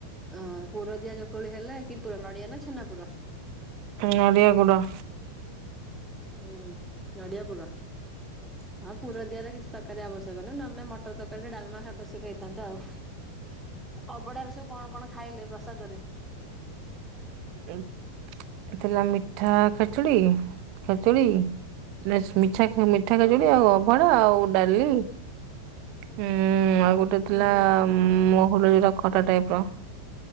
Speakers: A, in the centre; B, on the right (about 45°).
A: ହଁ ପୁରରଦିଆ ଚକୁଳି ହେଲେ, କି ପୁର ନଡିଆ ନା ଛେନା ପୁର।
B: ନଡ଼ିଆ ଗୁଡ।
A: ହୁଁ ନଡ଼ିଆ ପୁର। ହଁ ପୁର ଦିଆରେ କିଛି ତରକାରୀ ଆବଶ୍ୟକ ନାହିଁ। ନହେଲେ ମଟର ତର୍କାରି ଡାଲମା ଆବଶ୍ୟକ ହେଇଥାନ୍ତା ଆଉ। ଅଭଡାରେ ସବୁ କଣ କଣ ଖାଇଲେ ପ୍ରସାଦ ରେ?
B: ଉଁ ଏ ଥିଲା ମିଠା ଖେଚୁଡି ଖେଚୁଡି ମିଠା ମେସ୍ ମିଠା ମିଠା
A: ହୁଁ
B: ଖେଚୁଡି ଆଉ ଅଭାଡ ଆଉ ଡାଲି। ହୁଁ ଆଉ ଗୋଟେ ଥିଲା
A: ହୁଁ
B: ମହୁଲ ଯୋଟା ଖଟା ଟାଇର।